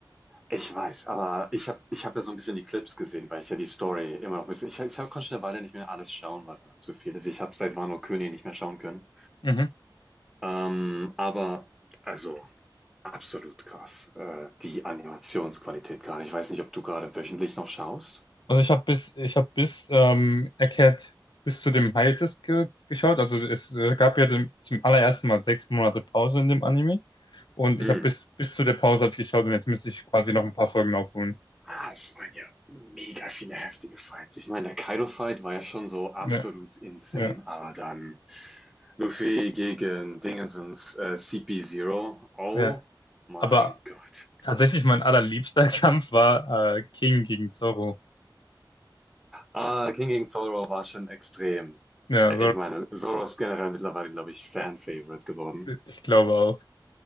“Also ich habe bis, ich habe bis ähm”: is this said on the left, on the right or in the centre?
Left